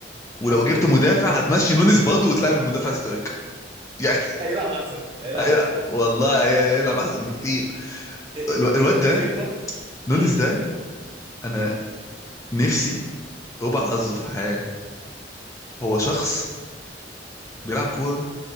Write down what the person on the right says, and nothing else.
حرفيا
و...
هيلعب احسن هيلعب
احسن
إيه إيه
ال-
الفكره
امم